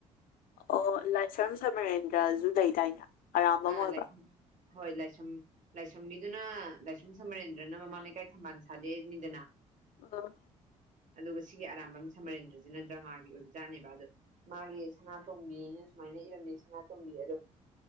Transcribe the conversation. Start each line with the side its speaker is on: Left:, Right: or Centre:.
Left: ꯑꯣ ꯂꯥꯏꯁ꯭ꯔꯝ ꯁꯃꯔꯦꯟꯗ꯭ꯔꯖꯨ ꯂꯩꯗꯥꯏꯅꯦ ꯑꯔꯥꯝꯕꯝ
Right: ꯑꯥ
Left: ꯑꯣꯏꯕ꯭ꯔꯥ
Right: ꯂꯩ ꯍꯣꯏ ꯂꯥꯏꯁꯝ ꯂꯥꯏꯁ꯭ꯔꯝꯕꯤꯗꯨꯅ ꯂꯥꯏꯁ꯭ꯔꯝ ꯁꯃꯔꯦꯟꯗ꯭ꯔꯅ ꯃꯃꯥꯡ ꯂꯩꯀꯥꯏ ꯊꯝꯕꯥꯜ ꯁꯥꯠꯂꯦꯅꯤꯗꯅ
Left: ꯍꯜꯂꯣ
Right: ꯑꯗꯨꯒ ꯁꯤꯒꯤ ꯑꯔꯥꯝꯕꯝ ꯁꯝꯃꯔꯦꯟꯗ꯭ꯔꯁꯤꯅ ꯗ꯭ꯔꯃꯥꯒꯤ ꯑꯣꯏꯕꯖꯥꯠꯅꯦꯕ ꯑꯗꯣ ꯃꯥꯒꯤ ꯁꯅꯥꯇꯣꯝꯕꯤꯅ ꯁꯨꯃꯥꯏꯅ ꯏꯔꯝꯃꯤ ꯁꯅꯥꯇꯣꯝꯕꯤ ꯑꯗꯣ